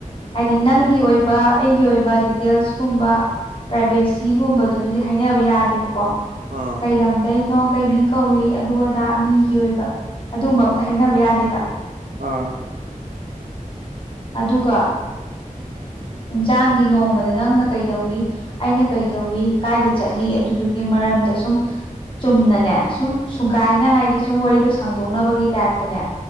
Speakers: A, on the left; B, on the right.
A: ꯍꯥꯏꯗꯤ ꯅꯪꯒꯤ
B: ꯑ
A: ꯑꯣꯏꯕ ꯑꯩꯒꯤ ꯑꯣꯏꯕ ꯗꯤꯇꯦꯜꯁꯀꯨꯝꯕ ꯄ꯭ꯔꯥꯏꯕꯦꯁꯤꯒꯨꯝꯕ ꯗꯨꯗꯤ ꯍꯥꯏꯅꯕ ꯌꯥꯗꯦꯕꯀꯣ
B: ꯑꯥ
A: ꯀꯩ ꯂꯝꯗꯩꯅꯣ ꯀꯩ ꯃꯤꯡ ꯀꯧꯋꯤ ꯑꯗꯨ ꯑꯗꯥ ꯃꯤꯒꯤ ꯑꯣꯏꯕ ꯑꯗꯨꯝꯕ ꯑꯝꯇ ꯍꯥꯏꯅꯕ ꯌꯥꯗꯦꯕ
B: ꯑꯥ
A: ꯑꯗꯨꯒ ꯏꯟꯁꯥꯡꯒꯤ ꯅꯣꯡꯃꯗ ꯅꯪꯅ ꯀꯩꯗꯧꯋꯤ ꯑꯩꯅ ꯀꯩꯗꯧꯋꯤ ꯀꯥꯏꯗ ꯆꯠꯂꯤ ꯑꯗꯨꯗꯨꯒꯤ ꯃꯔꯝꯗ ꯁꯨꯝ ꯆꯨꯝꯅꯅꯦ ꯁꯨꯝ ꯁꯨꯒꯥꯏꯅ ꯍꯥꯏꯗꯤ ꯁꯨꯝ ꯋꯥꯔꯤꯗꯣ ꯁꯥꯡꯗꯣꯛꯅꯕꯒꯤ ꯇꯥꯏꯞꯇꯅꯦ